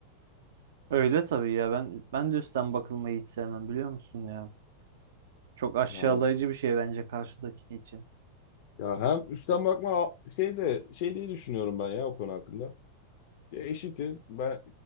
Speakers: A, on the right; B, on the left.
A: Öyle tabii ya ben ben de üstten bakılmayı hiç sevmem biliyor musun ya? Çok aşağılayıcı
B: Yani
A: bir şey bence karşıdaki için.
B: ya hem üstten bakma a- şey de şey diye düşünüyorum ben ya o konu hakkında. Ya eşitiz. Ben